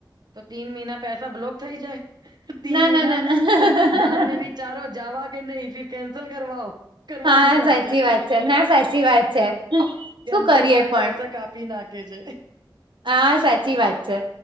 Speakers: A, on the right; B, on the right.
A: તો તીન મહિના પૈસા બ્લોક થઈ જાય. તીન
B: ના
A: મહિના
B: ના ના ના
A: બાદ મે બી- ચારો જાવા કે નહીં, ફિર કેન્સલ કરવાઓ. કરવાનું
B: હા
A: પડતે,
B: સાચી વાત છે
A: <unintelligible>
B: ના સાચી વાત છે
A: કેન્સલમાં
B: શું કરીએ પણ
A: પેસા કાપ- -કાપી નાખે છે.
B: હા, સાચી વાત છે.